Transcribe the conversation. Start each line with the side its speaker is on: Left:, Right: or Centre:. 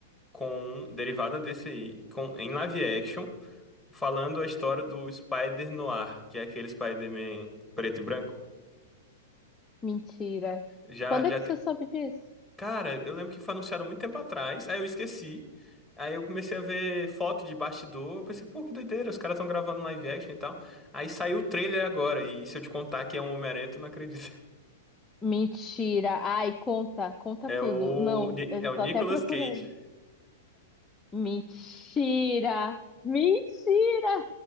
Centre: com derivada desse aí, com em live action, falando a história do Spider-Noir, que é aquele Spider-Man preto e branco.
Left: Mentira.
Centre: Já
Left: Quando
Centre: já
Left: é que
Centre: te-
Left: você soube disso?
Centre: Cara, eu lembro que foi anunciado há muito tempo atrás, aí eu esqueci. Aí eu comecei a ver foto de bastidor, eu pensei, pô, que doideira, os caras estão gravando live action e tal. Aí saiu o trailer agora, e se eu te contar que é um Homem-Aranha, tu não acredita. <laughs>
Left: Mentira. Ai, conta, conta
Centre: É
Left: tudo.
Centre: o
Left: Não,
Centre: Ni-
Left: eu
Centre: é
Left: já
Centre: o
Left: tô
Centre: Nicolas
Left: até procurando.
Centre: Cage.
Left: Mentira. Mentira.